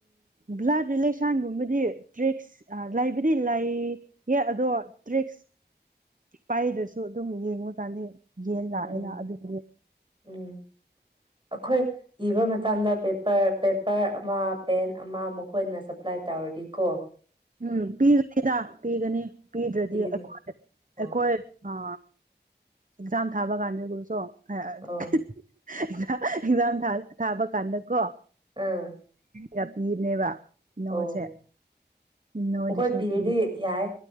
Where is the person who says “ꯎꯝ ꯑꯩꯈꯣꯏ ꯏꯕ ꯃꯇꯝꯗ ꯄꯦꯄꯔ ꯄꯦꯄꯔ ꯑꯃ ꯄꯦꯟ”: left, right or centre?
Right